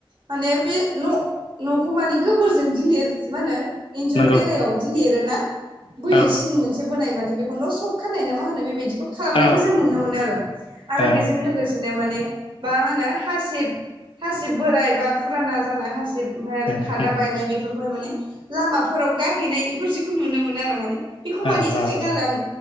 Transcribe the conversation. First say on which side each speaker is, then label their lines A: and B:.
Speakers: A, on the right (about 60°); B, on the left (about 70°).
A: माने बे न' न'खौ माने गोबोरजों गिलिर मा होनो इन्जुर
B: नंगौ
A: बेरायाव बिदि लिरोना बोयो
B: औ
A: सिन मोनसे बोनाय माने बेखौल' सख खानाय ना मा होनो बे बिदिबो खालामनायखौ
B: औ
A: जों नुनो मोनो आरो आरो
B: औ
A: बेजों लोगोसे बिनो माने मा होनो हासिब हासिब बोराय बा फुराना जानाया हासिब ओमफफ्राय आरो
B: उम
A: खादा
B: उम
A: बायनाय बेफोरखौहाय माने लामाफोराव गारहैनाय बेफोर जिखौ नुनो मोनो आरो माने बेखौ मानि
B: औ
A: थाखाय
B: औ
A: गारो आं